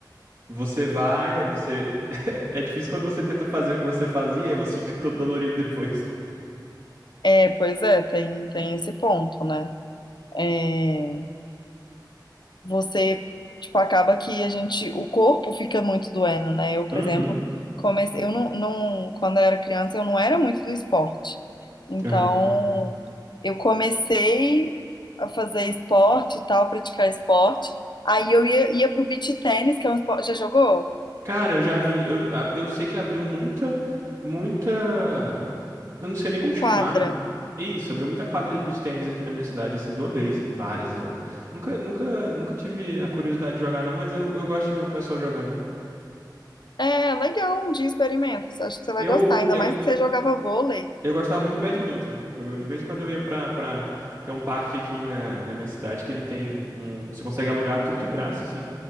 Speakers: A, on the right (about 35°); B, on the left (about 70°).
A: você vai, aí você. <laughs> É difícil quando você tenta fazer o que você fazia, aí você <laughs> fica todo dolorido depois.
B: É, pois é, tem, tem esse ponto, né? É... você, tipo, acaba que a gente, o corpo fica muito doendo, né? Eu, por
A: Uhum,
B: exemplo, comecei, eu não, não, quando eu era criança, eu não era muito do esporte. Então,
A: aham.
B: eu comecei a fazer esporte e tal, praticar esporte. Aí eu ia, ia pro beach tênis, que é um esporte, já jogou?
A: Cara, eu já vi, eu, a- eu sei que abriu muita, muita. Eu não sei nem como
B: Quadra.
A: chamar. Isso, abriu muita quadra de beach tennis aqui na minha cidade, assim, de uma vez, tem várias agora. Nunca, nunca, nunca tive a curiosidade de jogar, não, mas eu, eu gosto de ver o pessoal jogando.
B: É, legal, um dia experimenta. Acho que você vai
A: Eu,
B: gostar, ainda
A: eu
B: mais que você jogava vôlei.
A: Eu gostava muito do badminton. Eu, go- de vez em quando eu ia pra, pra... Tem um parque aqui na, na minha cidade que ele tem um... Você consegue alugar tudo de graça, assim.